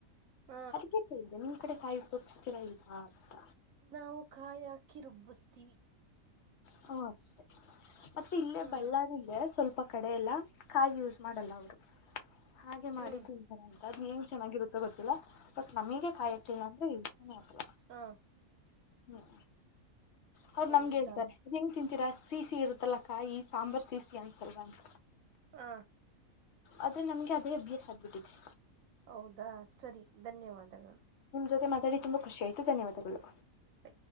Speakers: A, on the right; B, on the left.
A: ಹ
B: ಅದಕ್ಕೆ ಹೇದೆ ನಿಮ್ ಕಡೆ ಕಾಯಿ ಉಪಯೋಗಿಸಸ್ತೀರಾ ಇಲ್ವಾ ಅಂತ
A: ನಾವು ಕಾಯಿ ಹಾಕಿ ರುಬ್ಬಿಸ್ತೀವಿ
B: ಹಓ ಅಷ್ಟೇ ಮತ್ತೆ ಇಲ್ಲೇ
A: ಹ್ಮ್
B: ಬಳ್ಳಾರಇದ ಸ್ವಲ್ಪ ಕಡೆ ಎಲ್ಲ ಕಾಯಿ ಯಸ್ ಮಾಡಲ್ಲ ಅವ್ರು ಹಾಗೆ ಮಾಡಿ
A: ಹ್ಮ್
B: ತಿಂತಾರ ಅಂತ ಅದ್ ಗ ಚೆನ್ನಾಗಿರುತ್ತೋ ಗೊತ್ತಿಲ್ಲ ಬಟ್ ನಮಗೆ ಕಾಯತಿಲ್ಲ ಅಂದ್ರೆ ವಿಚಾನನೆ ಆಗ್ಲ
A: ಹಾಂ
B: ಹ್ಮ್ ಅವರ್
A: ಹೌದಾ
B: ನಮ್ಗೆ ಹೇಳ್ತರೆ. ಹೆಂಗೆ ತಿಂತೀರಾ ಸೀ ಸೀ ಇರುತ್ತಲ್ಲ ಕಾಯಿ ಸಾಂಬಾರ್ ಸೀ ಸೀ ಅನ್ಸಲ್ವಾ ಅಂತ.
A: ಹ
B: ಆದ್ರೆ ನಮ್ಗೆ ಅದೇ ಬಿ ಎಸ್ ಆಗ್ಬಿಟ್ಟಿದೆ
A: ಹೌದಾ ಸರಿ ಧನ್ಯವಾದಗಳು
B: ನಿಮ್ ಜೊತಾಡಿ ತುಂಬ ಖುಷಿಯ್ತು ಧನ್ಯಾದಗಳು
A: ಹ